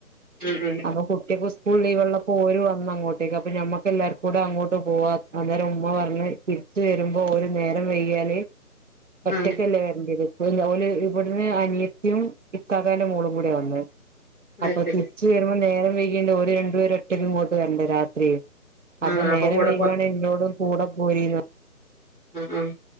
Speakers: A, in the centre; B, on the right.
A: ഉം ഉം
B: അപ്പൊ കുട്ടിക്ക് സ്കൂൾ ലീവ് ഉള്ളപ്പോൾ ഓല് വന്നങ്ങോ ട്തേക്ക് അപ്പൊ ഞമ്മൾക്കു എല്ലാവർക്കും അങ്ങോട്ട് പോവാ അന്നേരം ഉമ്മ പറഞ്ഞ് തിരിച്ച് വരുമ്പോ ഒല് നേരം വൈകില് ഒറ്റക്കല്ല
A: ആ
B: വരണ്ട്യത് ല്ല ഒല് ഇവിടുന്ന് അനിയത്തിം ഇക്കാകാൻ്റെ മോളും കൂടെ വന്നെ അപ്പൊ
A: അത് ശരി
B: തിരിച്ചു വരുമ്പോ നേരം വൈകേണ്ട് ഒര് രണ്ട്പേര് ഒറ്റക്ക് ഇങ്ങോട്ട് വരണ്ടേ രാത്രി അപ്പൊ
A: ആ
B: നേരം
A: കൂടെ
B: വൈകാണെ ഇഞ്ഞോടും കൂടെ പോരീന്ന്
A: ഉം ഉം